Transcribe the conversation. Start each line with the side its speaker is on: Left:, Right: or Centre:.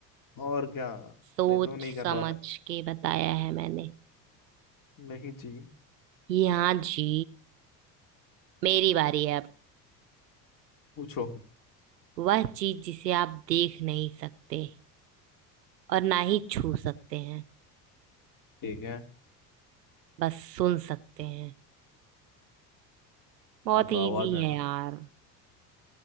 Left: और क्या
Right: सोच
Left: नहीं तो नहीं कर
Right: समझ
Left: पाते
Right: के बताया है मैंने
Left: नहीं जी
Right: जी हाँ जी मेरी बारी है अब
Left: पूछो
Right: वह चीज जिसे आप देख नहीं सकते और ना ही छू सकते हैं
Left: ठीक है
Right: बस सुन सकते हैं बहुत
Left: हाँ तो
Right: इजी
Left: आवाज है
Right: है
Left: ना
Right: यार